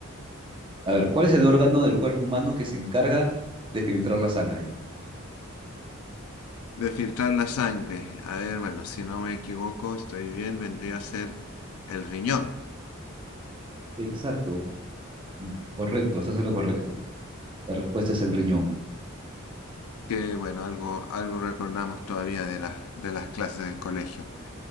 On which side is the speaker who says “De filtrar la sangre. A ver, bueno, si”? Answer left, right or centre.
Left